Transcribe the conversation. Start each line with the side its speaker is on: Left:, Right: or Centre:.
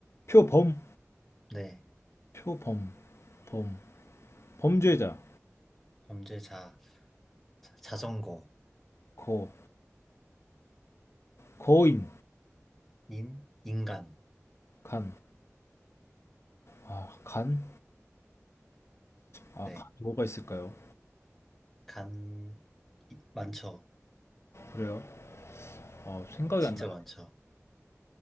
Left: 표범
Centre: 네.
Left: 표범 범 범죄자
Centre: 범죄자. 자- 자전거,
Left: 거 거인
Centre: 인, 인간.
Left: 간. 아, 간? 아,
Centre: 네.
Left: 간 뭐가 있을까요?
Centre: 간, 이- 많죠.
Left: 그래요? 아, 생각이
Centre: 진짜
Left: 안 나.
Centre: 많죠.